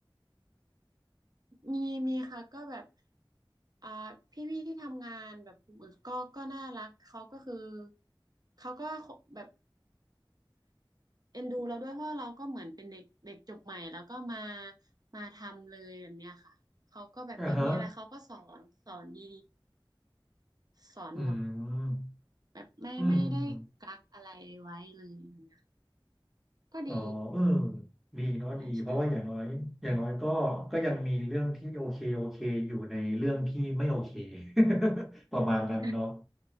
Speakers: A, on the right; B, in the centre.
A: มีมีค่ะก็แบบอ่าพี่พี่ที่ทำงานแบบกลุ่มอื่นก็ก็น่ารักเขาก็คือเขาก็แบบเอ็นดูเราด้วยเพราะเราก็เหมือนเป็นเด็กเด็กจบใหม่แล้วก็มามาทำเลยแบบเนี้ยค่ะเขาก็แบบเออมีอะไรเขาก็สอนสอนดี
B: อ่าฮะ
A: ๆสอนหมด
B: อืม
A: แบบไม่ไม่ได้กักอะไรไว้เลยแบบเนี้ย
B: อืมอืม
A: ก็ดี
B: อ๋อเออดีเนาะดีเพราะว่าอย่างน้อยอย่างน้อยก็ก็ยังมีเรื่องที่โอเคโอเคอยู่ในเรื่องที่ไม่โอเค
A: ใช่ใช่
B: <laughs> ประมาณนั้นเนาะ
A: <laughs>